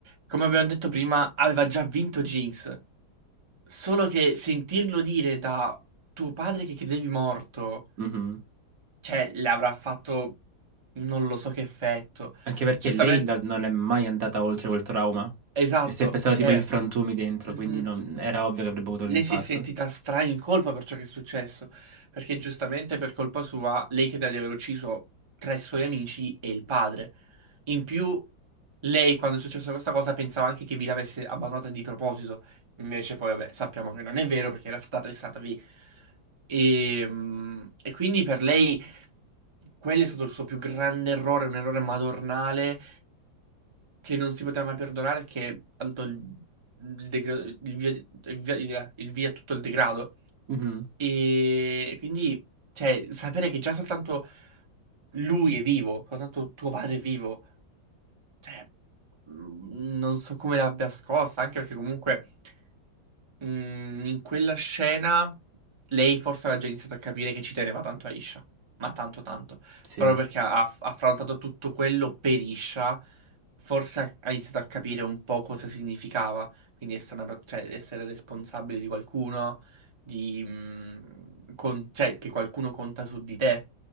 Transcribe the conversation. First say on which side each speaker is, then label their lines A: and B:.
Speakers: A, on the right; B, on the right.
A: come abbiamo detto prima, aveva già vinto Jinx. Solo che sentirlo dire da tuo padre che credevi morto,
B: Mhm.
A: cioè, le avrà fatto non lo so che effetto.
B: Anche perché
A: Giustamente,
B: lei la- non è mai andata oltre quel trauma.
A: esatto,
B: È sempre stata
A: cioè,
B: tipo in frantumi dentro,
A: mhm,
B: quindi non- era ovvio che avrebbe avuto un
A: lei
B: impatto.
A: si è sentita stra in colpa per ciò che è successo. Perché giustamente per colpa sua, lei crede di aver ucciso tre suoi amici e il padre. In più. Lei, quando è successa questa cosa, pensava anche che vi l'avesse abbandonata di proposito. Invece, poi, vabbè, sappiamo che non è vero perché era stata arrestata lì. E, mm, e quindi per lei quello è stato il suo più grande errore, un errore madornale che non si poteva mai perdonare, che ha dato il, il degra- il via, il via- il- il via a tutto il degrado.
B: Mhm.
A: E quindi, cioè, sapere che già soltanto lui è vivo, soltanto tuo padre è vivo, cioè, mh, non so come l'abbia scossa, anche perché comunque mh, in quella scena lei forse aveva già iniziato a capire che ci teneva tanto a Isha, ma tanto tanto,
B: Sì.
A: proprio perché ha ha affrontato tutto quello per Isha, forse ha ha iniziato a capire un po' cosa significava, quindi essere, una per- cioè, essere responsabile di qualcuno, di, mh, con- cioè, che qualcuno conta su di te,